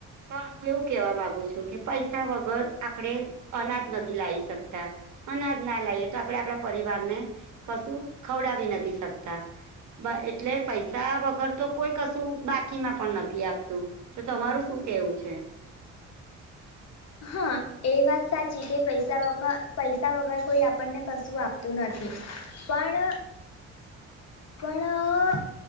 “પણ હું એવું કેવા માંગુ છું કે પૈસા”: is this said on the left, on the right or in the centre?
Right